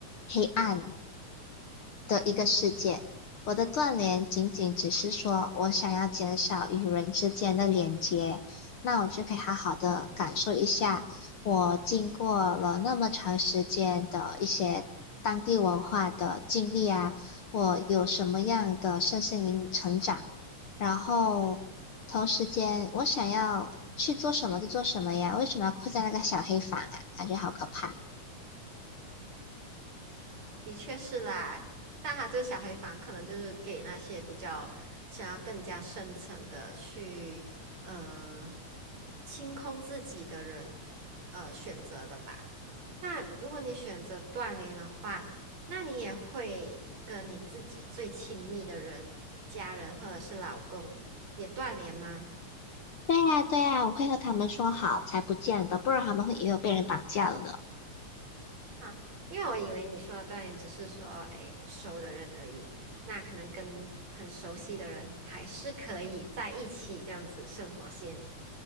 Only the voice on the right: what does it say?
的确是啦，但他这个小黑房可能就是给那些比较想要更加深层的去呃清空自己的人呃选择的吧。那如果你选择断联的话，那你也会跟你自己最亲密的人、家人或者是老公也断联吗？
啊，因为我以为你说的锻炼只是说，哎，不熟的人而已，那可能跟很熟悉的人还是可以在一起这样子生活先。